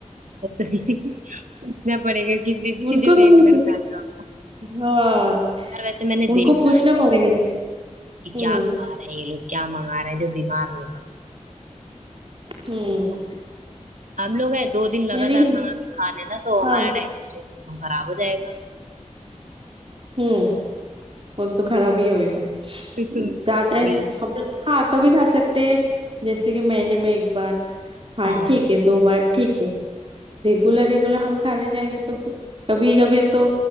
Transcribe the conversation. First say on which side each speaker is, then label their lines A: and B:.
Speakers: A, on the right; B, on the right.
A: तो तुम्हें <laughs> पूछना पड़ेगा किसी से
B: उनको
A: जो रेगुलर
B: कभी पूछ-
A: खाता हो
B: हाँ
A: यार वैसे मैंने
B: उनको
A: देखा
B: पूछना
A: है
B: पड़ेगा
A: कि
B: हम्म
A: क्या खा रहे हैं ये लोग क्या मंगा रहे हैं जो बीमार नहीं पड़ता
B: हम्म
A: हम लोग है दो दिन लगातार
B: मैंने भी
A: मंगा के खा लेना तो हमारा
B: हाँ
A: डाइजेस्टिव सिस्टम खराब हो जाएगा
B: हम्म वो तो खराब ही होएगा
A: <laughs>
B: ज्यादा
A: उल्ट-
B: हम हाँ कभी खा सकते हैं जैसे कि महीने में एक बार हाँ
A: हाँ
B: ठीक है दो बार ठीक है रेगुलर रेगुलर हम खाने जाएंगे तो फिर कभी कभी तो